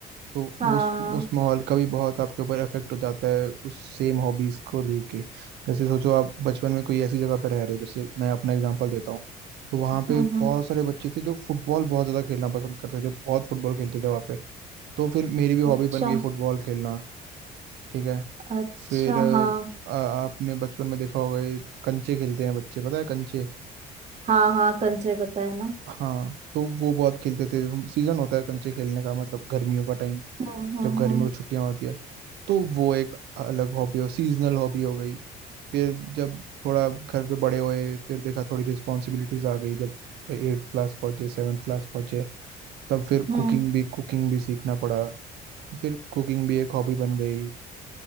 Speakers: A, on the right; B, on the right.
A: तो
B: हाँ
A: उस उस माहौल का भी बहुत आपके ऊपर इफेक्ट हो जाता है उस सेम हॉबीज को लेके जैसे सोचो आप बचपन में कोई ऐसी जगह पर रह रहे हो जैसे मैं अपना एग्जांपल देता हूँ तो वहाँ पे
B: हम्म
A: बहुत
B: हम्म
A: सारे बच्चे थे जो फुटबॉल बहुत ज़्यादा खेलना पसंद करते थे बहुत फुटबॉल खेलते थे वहाँ पे तो फिर मेरी भी हॉबी
B: अच्छा
A: बन गई फुटबॉल खेलना ठीक है
B: अच्छा
A: फिर अ,
B: हाँ
A: आपने बचपन में देखा होगा ये कंचे खेलते हैं बच्चे पता है कंचे
B: हाँ हाँ कंचे बताया ना
A: हाँ तो वो बहुत खेलते थे हम सीजन होता है कंचे खेलने का मतलब गर्मियों का टाइम
B: हम्म हम्म
A: जब गर्मियों
B: हम्म
A: की छुट्टियां होती है तो वो एक अलग हॉबी हो सीजनल हॉबी हो गई फिर जब थोड़ा घर पे बड़े हुए फिर देखा थोड़ी रिस्पॉन्सिबिलिटीज आ गई जब एट्थ क्लास पहुंचे सेवन्थ क्लास पहुंचे तब फिर
B: हम्म
A: कुकिंग भी कुकिंग भी सीखना पड़ा फिर कुकिंग भी एक हॉबी बन गई